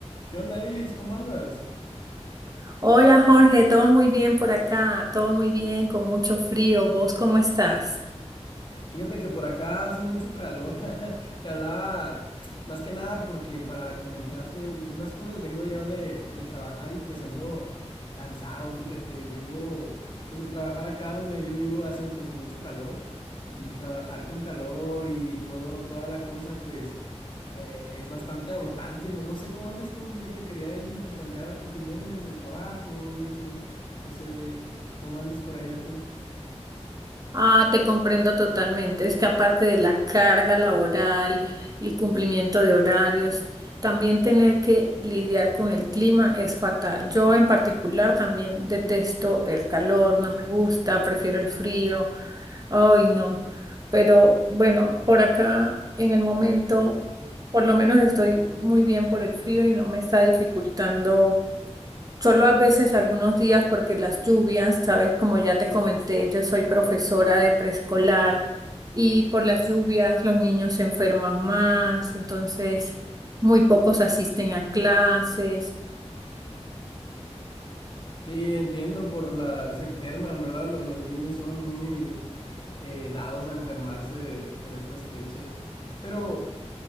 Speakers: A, on the left; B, on the right.
A: ¿Qué onda, Eglis? ¿Cómo andas?
B: Hola Jorge, todo muy bien por acá, todo muy bien, con mucho frío. ¿Vos cómo estás?
A: Fíjate que por acá hace mucho calor. <laughs> Te hablaba más que nada porque para comentarte unas cosas, vengo ya de, de trabajar y pues ando cansado, fíjate. Vengo pues de trabajar acá donde yo vivo hace pues mucho calor y trabajar con calor y todo, toda la cosa pues eh, es bastante agotante. No, no sé cómo andes tú, fíjate, quería ahí intercambiar opiniones del trabajo y eso. No sé cómo andes por allá tú.
B: Ah, te comprendo totalmente. Es que aparte de la carga laboral y cumplimiento de horarios, también tener que lidiar con el clima es fatal. Yo en particular también detesto el calor, no me gusta, prefiero el frío. Ay, no. Pero bueno, por acá en el momento, por lo menos estoy muy bien por el frío y no me está dificultando Solo a veces algunos días porque las lluvias, sabes, como ya te comenté, yo soy profesora de preescolar y por las lluvias los niños se enferman más, entonces muy pocos asisten a clases.
A: Sí, entiendo por la... Se enferman, ¿verdad? Lo- Los, niños son muy eh, dados a enfermarse por estas fechas. Pero